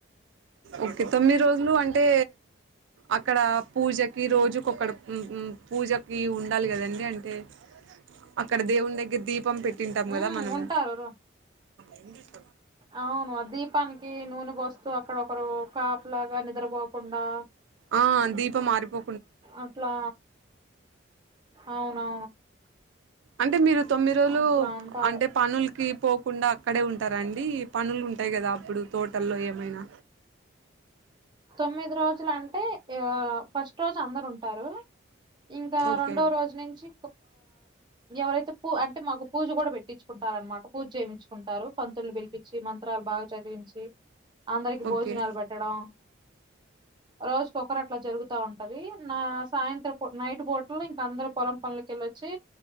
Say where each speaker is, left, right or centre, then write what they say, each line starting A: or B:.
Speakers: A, on the right (about 70°); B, on the right (about 25°).
A: ఓకే తొమ్మిది రోజులు అంటే అక్కడ పూజకి రోజుకొక్కడ పూజకి ఉండాలి కదండి అంటే అక్కడ దేవుని దగ్గర దీపం పెట్టింట
B: హ్మ్.
A: కదా మనము
B: ఉంటారు.
A: ఎందు
B: అవును దీపానికి నూనె పోసు అక్కడ ఒకరు కాపు లాగా నిద్రపోకుండా
A: ఆ దీపం ఆరిపో
B: అట్లా అవునవును
A: అంటే మీరు తొమ్మిది రోజులు
B: అట్లా ఉంటారు
A: అంటే పనులకి పోకుండా అక్కడే ఉంట ంటారండి పనులు ఉంటాయి కదా అప్పుడు తోటల్లో ఏమైనా
B: తొమ్మిది రోజులు అంటే ఆ ఫస్ట్ రోజు అందరు ఉంటారు ఇంకా
A: ఓకే
B: రెండో
A: అండి
B: రోజు నుంచి ఎవరైతే పూ అంటే మగు పూజ కూడా పెట్టిచ్చుకుంటారనమాట పూజ చేపిచుకుంటారు పంతులు పిలిపి మంత్రాలు బాగా చదివించి అందరికి
A: ఓకే
B: భోజనాలు పెట్టడం రోజ్ ఒకరు అట్లా జరుగుతా ఉంటది నా సాయంత్రం నైట్ పూటలో ఇంక అందరు పొలం పనులకెళ్ళొచ్చి